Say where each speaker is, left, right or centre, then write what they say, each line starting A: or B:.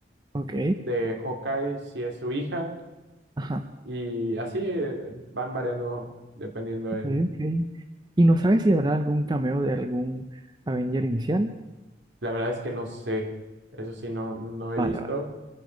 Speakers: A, on the right (about 25°); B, on the right (about 70°).
A: ok.
B: de Hawkeye sí es su hija.
A: Ajá,
B: Y así eh, van variando dependiendo del...
A: ok, ok. ¿Y no sabes si habrá algún cameo de algún Avenger inicial?
B: La verdad es que no sé, eso sí, no, no he
A: Vale,
B: visto.
A: vale.